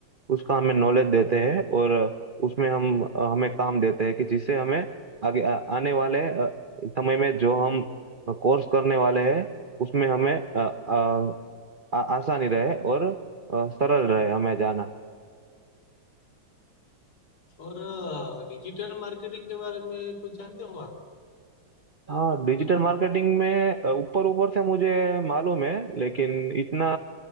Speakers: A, on the right (about 55°); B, on the left (about 85°).
A: उसका हमें नॉलेज देते हैं और उसमें हम हमें काम देते हैं कि जिससे हमें आगे आ, आने वाले अ, समय में जो हम कोर्स करने वाले हैं उसमें हमें अ, अ, आ- आसानी रहे और अ, सरल रहे हमें जाना
B: और डिजिटल मार्केटिंग के बारे में कुछ जानते हो आप
A: हाँ डिजिटल मार्केटिंग में अ, ऊपर ऊपर से मुझे मालूम है लेकिन इतना